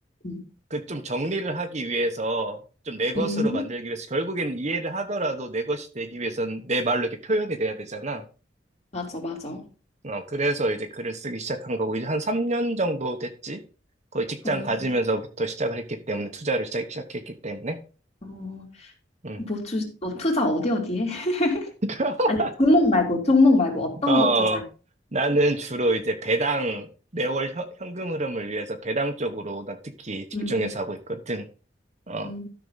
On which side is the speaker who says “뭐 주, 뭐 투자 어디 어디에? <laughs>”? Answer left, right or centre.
Left